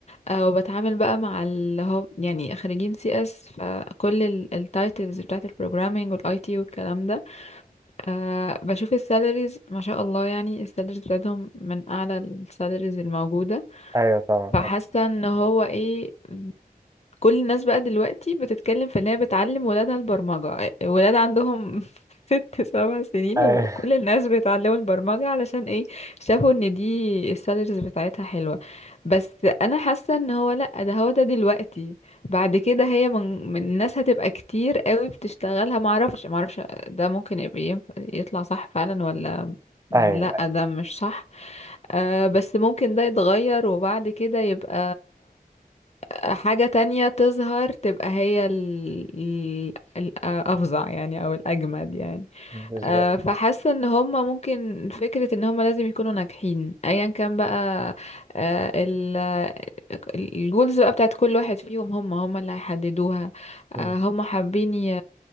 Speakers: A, on the left; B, on the right.
A: آه، وبتعامل بقى مع اللي هو يعني خريجين سي اس فكل التايتلز بتاعت البروجرامينج والاي تي والكلام ده أه بشوف السالاريز ما شاء الله يعني السالاريز بتاعتهم من اعلى السالاريز الموجوده
B: ايوه طبعا
A: فحاسه ان هو ايه كل الناس بقى دلوقتي بتتكلم في ان هي بتعلم ولادها البرمجة ولاد عندهم <laughs> ست سبع سنين
B: ايوه
A: وكل الناس بيتعلموا البرمجة علشان ايه شافوا ان دي السالاريز بتاعتها حلوة بس انا حاسة ان هو لا ده هو ده دلوقتي بعد كده هي من, من الناس هتبقى كتير قوي بتشتغلها معرفش معرفش ده ممكن يبقى ينفع- يطلع صح فعلا ولا لا
B: ايوه
A: ده مش صح أه بس ممكن ده يتغير وبعد كده يبقى حاجة تانية تظهر تبقى هي ال- ال- الأفظع يعني أو الأجمد يعني
B: بالظبط
A: آه، فحاسة ان هما ممكن فكرة ان هما لازم يكونوا ناجحين ايا كان بقى آه، ال- الجولز بقى بتاعت كل واحد فيهم هم هم اللي هيحددوها
B: مم.
A: آه، هم حابين ي-